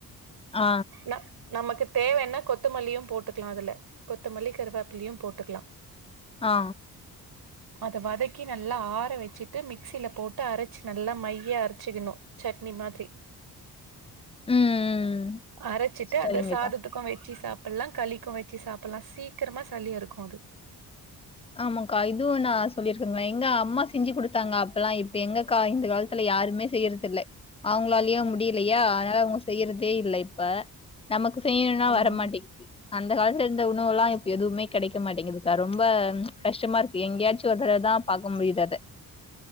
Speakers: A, on the left; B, on the right.
A: ஆ
B: ந நமக்கு தேவென்னா கொத் கொத்தமல்லியு போட்டுக்கலா அதுல கொத்தமல்லி கருவேப்பிலெயு போட்டுகலா
A: ஆ
B: அத வதக்கி நல்லா ஆற வெச்சிட்டு மிக்சில போட்டு அரச்சு நல்லா மையா அரச்சுக்கனு சட்னி மாதுரி
A: ம்.
B: அரசிட்டு
A: சரிங்கக்கா.
B: அத சாததுக்கு வெச்சி சாப் பட்லா கலிக்கு வச்சி சாப்பட்லா சீக்கரமா சளி அறுக்கு அது
A: ஆமாகா இதுவு நா சொல்லி இருகங்ளா எங்க அம்மா செஞ்சி குடுத்தாங்க அப்பலா இப்ப எங்ககா இந்த காலத் துல யாருமே செய்யறது இல்ல அவுங்களாலயு முடிய யலையா அதுனால அவுங்க செய்யுறதே இல்ல இப்ப நமக்கு செய்ணுனா
B: ஆமா
A: வரமாட்டேங்கிது அந்த காலத்ல இருந்த உணவுல்லா இப்ப எதுவுமே கெடைக்க மாட்டெங்கிது கரும் ரொம்ப கஷ்டமா இருக்கு எங்கயாச்சு ஒருதடவ தா பாக்க முடியுது அத